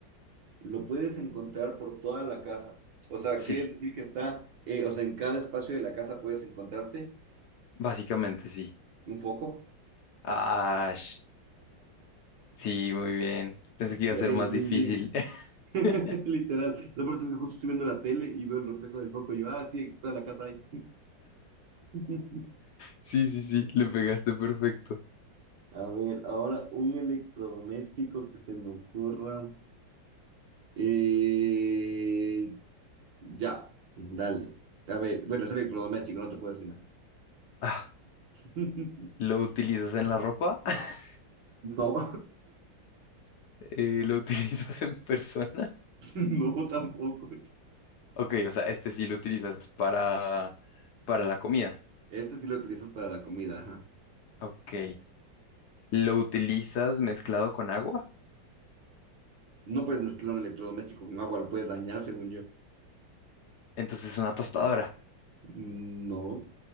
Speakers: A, on the right; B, on the left.
A: lo puedes encontrar por toda la casa. O sea,
B: Sí,
A: ¿quieres decir que está, eh, o sea, en cada espacio de la casa puedes encontrarte
B: básicamente sí.
A: un foco?
B: Ash, sí, muy bien. Pensé que iba
A: Eh,
B: a ser más
A: bien,
B: difícil.
A: bien. <laughs>
B: <laughs>
A: Literal. Lo peor es que justo estoy viendo la tele y veo el reflejo del foco y yo, ah, sí, toda la casa hay. <laughs>
B: Sí, sí, sí, le pegaste perfecto.
A: A ver, ahora un electrodoméstico que se me ocurra. Eh, ya, dale. A ver, bueno, es electrodoméstico, no te puedo decir más.
B: Ah,
A: <laughs>
B: ¿lo utilizas en la ropa? <laughs>
A: No,
B: Eh, ¿lo utilizas en persona?
A: <laughs> no tampoco.
B: Ok, o sea, este sí lo utilizas para, para la comida.
A: Este sí lo utilizas para la comida, ajá.
B: Ok. lo utilizas mezclado con agua,
A: No puedes mezclar un electrodoméstico con agua, lo puedes dañar, según yo.
B: entonces es una tostadora.
A: Mm, No.